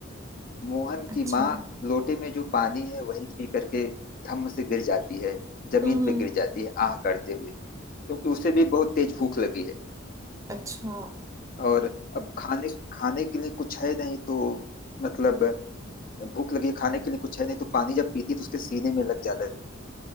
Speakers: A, on the left; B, on the right.
A: मोहन
B: अच्छा
A: की माँ लोटे में जो पानी है वही पी करके धम्म से गिर जाती है जमीन
B: हम्म हम्म,
A: पे गिर जाती है आह करते हुए क्योंकि उसे भी बहुत तेज भूख लगी है
B: अच्छा
A: और अब खाने खाने के लिए कुछ है नहीं तो मतलब भूख लगी है, खाने के लिए कुछ है नहीं तो पानी जब पीती है तो उसके सीने में लग जाता है